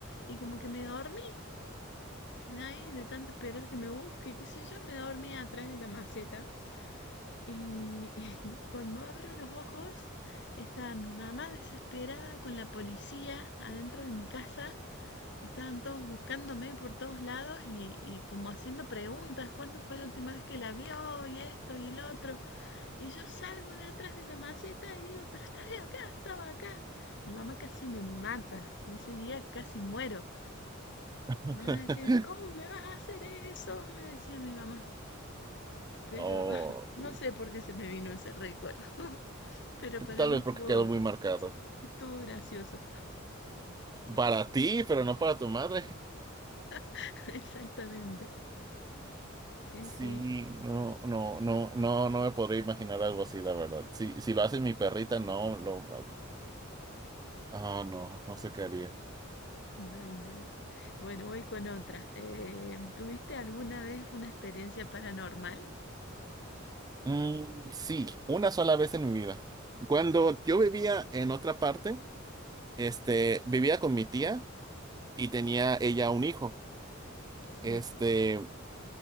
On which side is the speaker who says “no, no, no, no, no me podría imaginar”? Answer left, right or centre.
Right